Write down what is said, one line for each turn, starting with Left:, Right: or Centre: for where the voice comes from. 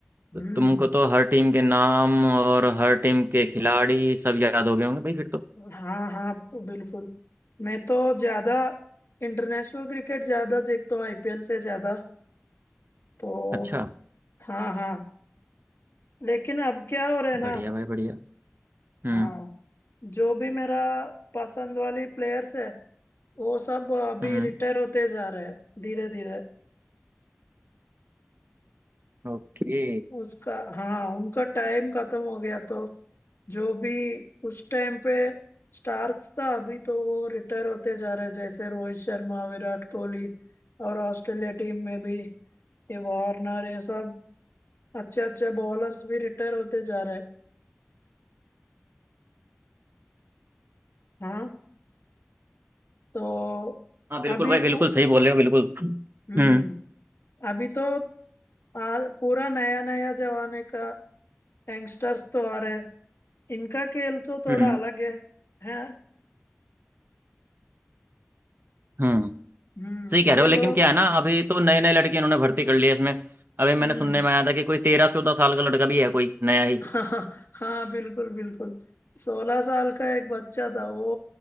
Left: हम्म
Right: तो तुमको तो हर टीम के नाम और हर टीम के खिलाड़ी सब याद हो गए होंगे भाई फिर तो
Left: हाँ हाँ बिल्कुल मैं तो ज्यादा इंटरनेशनल क्रिकेट ज्यादा देखता हूँ आईपीएल से ज्यादा तो
Right: अच्छा
Left: हाँ हाँ लेकिन अब क्या हो रहा है ना
Right: बढ़िया भाई बढ़िया हम्म
Left: हाँ जो भी मेरा पसंद वाली प्लेयर्स है वो सब अभी
Right: हम्म
Left: रिटायर होते जा रहे हैं धीरे धीरे
Right: ओके
Left: उसका हाँ उनका टाइम खत्म हो गया तो जो भी उस टाइम पे स्टार्स था अभी तो वो रिटायर होते जा रहे हैं जैसे रोहित शर्मा विराट कोहली और ऑस्ट्रेलिया टीम में भी ये वार्नर ये सब अच्छे अच्छे बॉलर्स भी रिटायर होते जा रहे हैं हाँ तो
Right: हाँ बिल्कुल
Left: अभी
Right: भाई बिल्कुल
Left: पू-
Right: सही बोल रहे हो बिल्कुल
Left: हम्म
Right: हम्म
Left: अभी तो आ, पूरा नया नया जमाने का यंगस्टर्स तो आ रहे हैं इनका खेल तो थोड़ा
Right: हम्म
Left: अलग है हैं
Right: हम्म
Left: हम्म
Right: सही कह रहे
Left: ये
Right: हो लेकिन
Left: लोग
Right: क्या है ना अभी तो नए नए लड़के इन्होंने भर्ती कर लिए इसमें अभी मैंने
Left: हम्म
Right: सुनने में आया था कि कोई तेरह चौदह साल का लड़का भी है कोई नया ही
Left: <laughs> हाँ हाँ बिल्कुल बिल्कुल सोलह साल का एक बच्चा था वो